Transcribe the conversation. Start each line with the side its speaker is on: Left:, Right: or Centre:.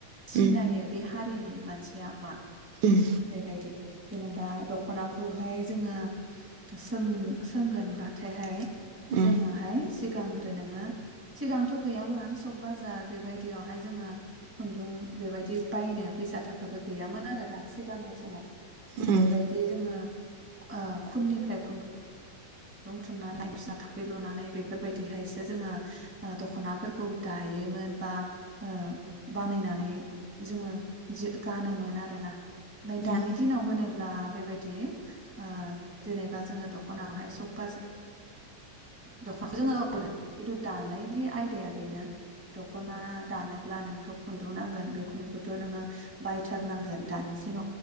Centre: सिनायो
Right: उम
Centre: बे हारि नि मान थिया मा
Right: उम
Centre: बेबायदि, जेनेबा द'खनाखौहाय जोङो सों सोंगोनब्लाथाय हाय,
Right: उम
Centre: जोङोहाय, सिगांग्रो नोङो सिगांथ' गैयामोन सक बाजार बेबायदियावहाय जोङो खुन्दुं बेबायदि बायनो, फैसा थाखाबो गैयामोन आरो ना, सिगांनि समाव,
Right: उम
Centre: बेबायदि जोङो, ओ खुननिफ्राय खुन दं थुननानै बिसना थावख्रि लुनानै बेफोरबायदिहायसो जोङो ओ द'खनाफोरखौ दायोमोन बा ओ बानायनानै जोङो जो गानो मोन आरो ना, दानि
Right: उम उम
Centre: दिनाव होनो, ब्ला बेबायदि ओ जेनेबा जोङो द'खनाखौहाय स फास द'खनाखौ जोङो खिन्थु दानायनि आयदाया बेनो द'खना दानोब्ला नोंथ' खुन्दुं नांगोन बे खुन्दुंखौथ' नोङो बायथारनांगोन दानि जेन